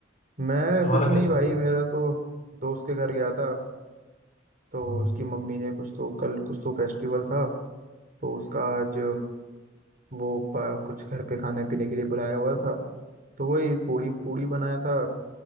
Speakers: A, on the right; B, on the left.
A: मैं
B: तुम्हारा
A: कुछ नहीं
B: क्या चल
A: भाई मेरा तो दोस्त के घर गया था तो
B: रहा
A: उसकी मम्मी ने कुछ तो कल कुछ तो फेस्टिवल था तो उसका आज वो प- कुछ घर पे खाने पीने के लिए बुलाया हुआ था तो वही पूड़ी पूड़ी बनाया था